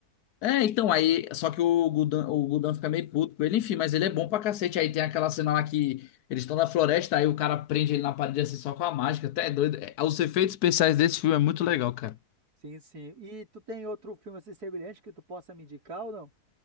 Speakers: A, on the left; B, on the right.
A: É, então, aí. Só que o Gudan, o Gudan fica meio puto com ele, enfim, mas ele é bom pra cacete. Aí tem aquela cena lá que eles estão na floresta, aí o cara prende ele na parede assim só com a mágica. Até é doido. É, Os efeitos especiais desse filme é muito legal, cara.
B: Sim, sim. E tu tem outro filme assim semelhante que tu possa me indicar ou não?